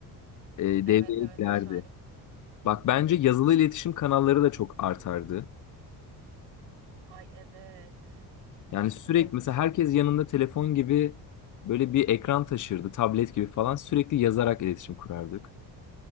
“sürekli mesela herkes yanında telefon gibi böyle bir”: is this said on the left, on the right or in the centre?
Left